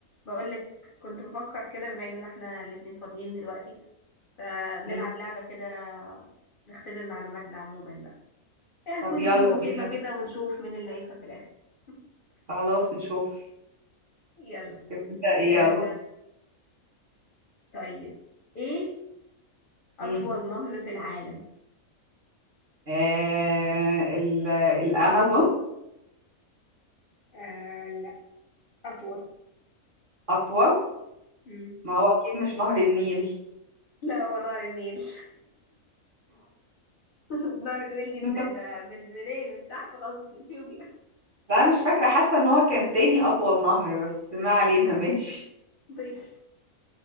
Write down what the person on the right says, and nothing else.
مم.
طب
يلا
بينا
خلاص نشوف
تبدأ ايه
يلا
مم.
آه ال- الأمازون
أطول
ما هو أكيد مش نهر النيل
<laughs>
لا مش فاكرة حاسة ان هو كان تاني أطول نهر بس ما علينا ماشي